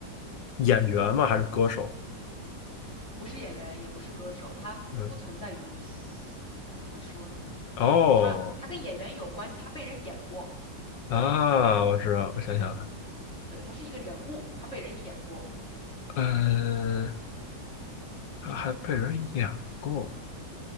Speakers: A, on the left (about 85°); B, on the left (about 40°).
A: 演员吗？还是歌手？
B: 不是演员，也不是歌手，他不存在于戏，
A: 嗯，
B: 呃，怎么说呢？
A: 哦
B: 他他跟演员有关系，他被人演过，
A: 啊，
B: 对
A: 我知道，我想想，
B: 对，他是一个人物，他被人演过，
A: 呃，他还被人演过，